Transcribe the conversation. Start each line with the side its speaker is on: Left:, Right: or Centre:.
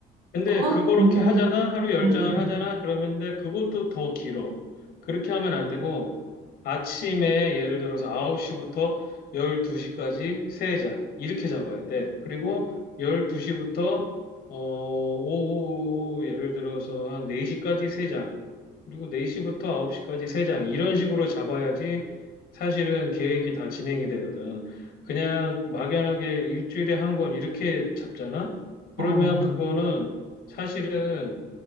Left: 근데
Right: 그것,
Left: 그렇게
Right: 음,
Left: 하잖아? 하루에 열장을
Right: 음, 음, 음.
Left: 하잖아? 그러면데 그것도 더 길어. 그렇게 하면 안 되고 아침에 예를 들어서 9시부터 12시까지 세장 이렇게 잡아야 돼. 그리고 12시부터 어 오후 예를 들어서 한 4시까지 세장 그리고 4시부터 9시까지 세장 이런 식으로 잡아야지 사실은 계획이 다 진행이 되거든. 그냥 막연하게 일주일에 한 권 이렇게 잡잖아?
Right: 어.
Left: 그러면 그거는 사실은